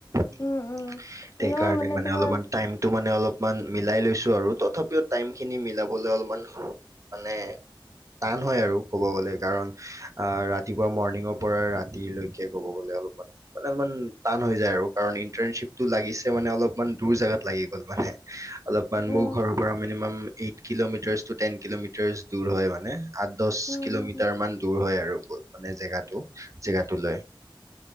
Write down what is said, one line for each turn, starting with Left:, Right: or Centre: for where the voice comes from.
Right: ত
Left: উম উম
Right: সেইকাৰণে
Left: এনেও
Right: মানে
Left: তোমাৰ
Right: অলপমান টাইমতটো মানে অলপ অলমান মিলাই লৈছো আৰু তথাপিও টাইমখিনি মিলাবলৈ অলপমান, মানে টান হয় আৰু ক'ব গলে কাৰণ অ ৰাতিপুৱা মৰ্ণিঙৰ পৰা ৰাতিলৈকে ক'ব গ'লে। অলপমান টান হৈ যাই আৰু কাৰণ ইটাৰশিপটো লাগিছে মানে অলপমান দূৰ জাগাত লাগি গল মান অলপমান মোৰ
Left: অ
Right: ঘৰৰ পৰা minimum eight kilometres ten kilometres দূৰ হয় মানে আঠ দহ
Left: হম
Right: কিলোমিটাৰ
Left: হম হম
Right: মান দূৰ হয় আৰু মানে জেগাটো। জেগাটোলৈ।